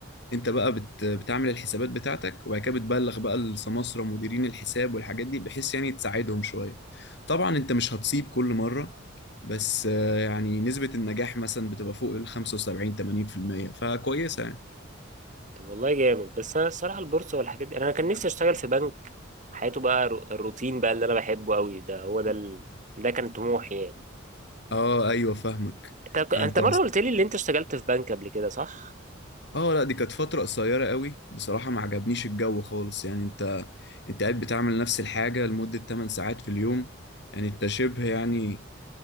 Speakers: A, on the left; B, on the right.
A: انت بقى بت... بتعمل الحسابات بتاعتك وبعد كده بتبلغ بقى السماسرة مديرين الحساب والحاجات دي بحيث يعني تساعدهم شوية طبعا انت مش هتصيب كل مرة بس آه، يعني نسبة النجاح مثلا بتبقى فوق ال 75 80% فكويسة يعني
B: طب والله جامد بس انا الصراحه البورصه والحاجات دي انا كان نفسي اشتغل في بنك حياته بقى الرو- الروتين بقى اللي انا بحبه قوي ده هو ده ال... ده كان طموحي يعني
A: اه ايوه فاهمك
B: انت انت
A: انت
B: مره قلت لي اللي انت اشتغلت في بنك قبل كده صح
A: اه لا دي كانت فترة قصيرة قوي بصراحة ما عجبنيش الجو خالص يعني انت انت قاعد بتعمل نفس الحاجة لمدة 8 ساعات في اليوم يعني انت شبه يعني